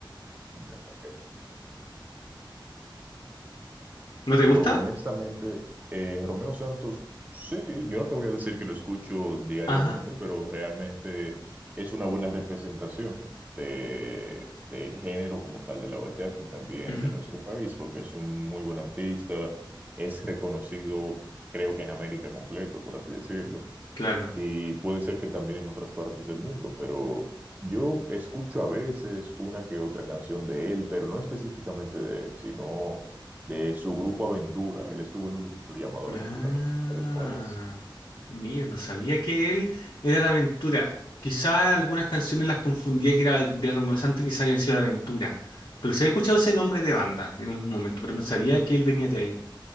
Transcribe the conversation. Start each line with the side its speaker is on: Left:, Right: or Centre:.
Right: Entendemos que es,
Left: ¿No te
Right: Pero
Left: gusta?
Right: honestamente, eh, Romeo Santos, sí, yo no te voy a decir que lo escucho diariamente,
Left: Ajá,
Right: pero realmente es una buena representación de, del género como tal de la bachata y también
Left: ujú,
Right: de nuestro país, porque es un muy buen artista, es reconocido, creo que en América completo, por así decirlo
Left: claro.
Right: y puede ser que también en otras partes del mundo, pero yo escucho a veces una que otra canción de él, pero no específicamente de él, sino de su grupo Aventura. Él estuvo en un grupo llamado
Left: Ah,
Right: Aventura, no sé si sabes cuál es.
Left: mira, no sabía que él era de Aventura. Quizá algunas canciones las confundía que era de Romeo Santos y quizá habían sido de Aventura. Pero se había escuchado ese nombre de banda en algún momento, pero no sabía que él venía de ahí.